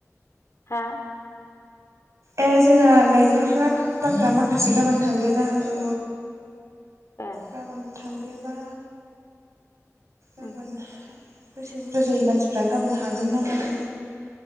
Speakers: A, on the left; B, on the right.
A: हा
B: ए जोंना गायग्राफ्रा खामलाफ्रा माखासे गाबोन थांदेरनो हागौ।
A: ए
B: गाबोन थांदेरबा गाबोन
A: उम
B: बेसे बुरजा जायो मानसिफ्रा गाबोन हागोन ना मागोन।